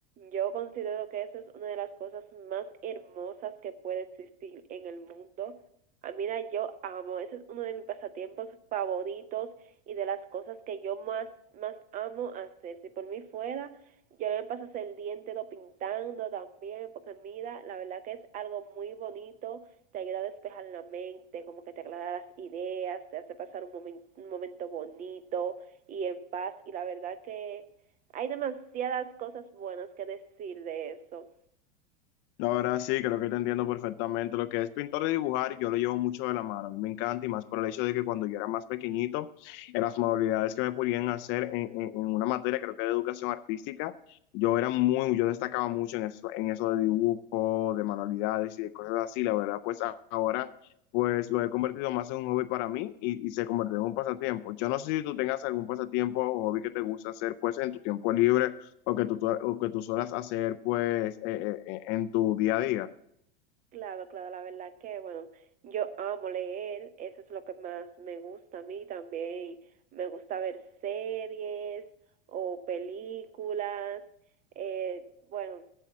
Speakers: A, on the right (about 25°); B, on the left (about 40°).
A: Yo considero que eso es una de las cosas más hermosas que puede existir en el mundo. Ah, mira, yo amo, ese es uno de mis pasatiempos favoritos y de las cosas que yo más, más amo hacer. Si por mí fuera, yo me pasas el día entero pintando también, porque mira, la verdad que es algo muy bonito te ayuda a despejar la mente, como que te aclara las ideas, te hace pasar un, momen- un momento bonito y en paz. Y la verdad que hay demasiadas cosas buenas que decir de eso.
B: La verdad sí, creo que te entiendo perfectamente. Lo que es pintar y dibujar, yo lo llevo mucho de la mano. A mí me encanta y más por el hecho de que cuando yo era más pequeñito, en las modalidades que me podían hacer en, en- en una materia, creo que de educación artística, yo era muy, yo destacaba mucho en eso, en eso de dibujo, de manualidades y de cosas así. La verdad, pues a- ahora, pues lo he convertido más en un hobby para mí y, y se convirtió en un pasatiempo. Yo no sé si tú tengas algún pasatiempo o hobby que te gusta hacer, pues en tu tiempo libre o que tú, o que tú suelas hacer pues eh, eh, eh, en tu día a día?
A: Claro, claro, la verdad que, bueno, yo amo leer, eso es lo que más me gusta a mí también. Me gusta ver series o películas, eh, bueno,